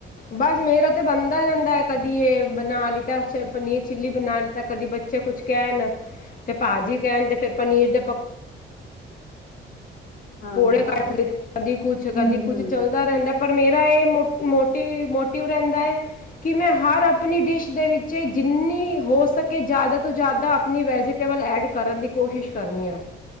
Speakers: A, on the left; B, on the left.
A: ਬਸ ਮੇਰਾ ਤੇ ਬਣਦਾ ਰਹਿੰਦਾ ਕਦੀ ਇਹ ਬਣਾ ਲਿੱਤਾ ਪਨੀਰ ਚਿੱਲੀ ਬਣਾ ਲਿੱਤਾ ਕਦੀ ਬੱਚੇ ਕੁਛ ਕਹਿਣ ਤੇ ਭਾਜੀ ਕਹਿਣ ਤੇ ਫਰ ਪਨੀਰ ਦੇ ਪਕੋ
B: ਹਾਂਜੀ
A: ਪਕੋੜੇ ਕੱਢ ਲਿਤੇ ਕਦੀ ਕੁਛ ਕਦੀ
B: ਹਮ
A: ਕੁੱਛ
B: ਹਮ
A: ਚੱਲਦਾ ਰਹਿੰਦਾ ਪਰ ਮੇਰਾ ਇਹ ਮੋ ਮੋਟਿਵ ਮੋਟਿਵ ਰਹਿੰਦਾ ਏ ਕਿ ਮੈਂ ਹਰ ਆਪਣੀ ਡਿਸ਼ ਦੇ ਵਿੱਚ ਜਿੰਨੀ ਹੋ ਸਕੇ ਜ਼ਿਆਦਾ ਤੋਂ ਜ਼ਿਆਦਾ ਆਪਣੀ ਵੈਜਟ ਕੇਵਲ ਐਡ ਕਰਨ ਦੀ ਕੋਸ਼ਿਸ਼ ਕਰਨੀ ਆਂ